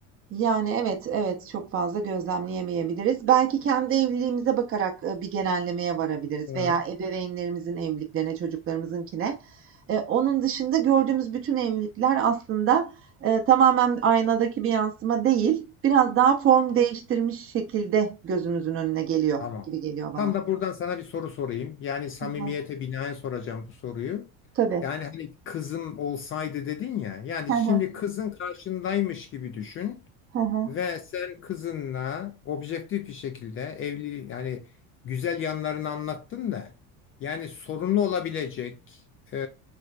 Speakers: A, on the right; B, on the left.
A: Yani, evet, evet, çok fazla gözlemleyemeyebiliriz. Belki kendi evliliğimize bakarak, ııı, bir genellemeye varabiliriz
B: Hı.
A: veya ebeveynlerimizin evliliklerine, çocuklarımızınkine. Eee, onun dışında gördüğümüz bütün evlilikler aslında, eee, tamamen aynadaki bir yansıma değil, biraz daha form değiştirmiş şekilde gözümüzün önüne geliyor
B: Tamam.
A: gibi geliyor bana.
B: Tam da buradan sana bir soru sorayım. Yani samimiyete
A: Hı hı.
B: binaen soracağım bu soruyu.
A: Tabii.
B: Yani hani kızım olsaydı dedin ya. Yani
A: He he.
B: şimdi kızın karşındaymış gibi düşün.
A: He he.
B: Ve sen kızınla objektif bir şekilde evli yani güzel yanlarını anlattın da yani sorunlu olabilecek e,